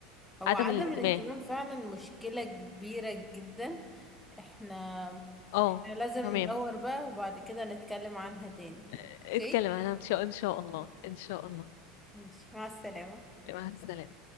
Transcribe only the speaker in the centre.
هو
عدم
الاهتمام فعلا مشكلة كبيرة جدا احنا
احنا لازم
ندور بقى وبعد كده نتكلم عنها تاني
اوكي
ماشي مع السلامة